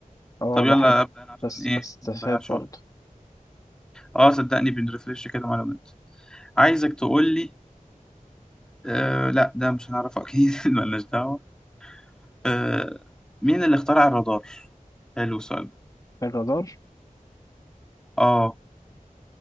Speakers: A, on the left; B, in the centre.
A: اه والله
B: طب يلا
A: حلو
B: أبدأ أنا عشان
A: بس
B: إيه
A: بس تفاد
B: ما نضيعش
A: برضه
B: وقت أه صدقني بنرفرش كده معلومات عايزك تقول لي أه لا ده مش هنعرفه أكيد <laughs> ملناش دعوة أه مين اللي اخترع الرادار؟ حلو السؤال ده.
A: الرادار
B: أه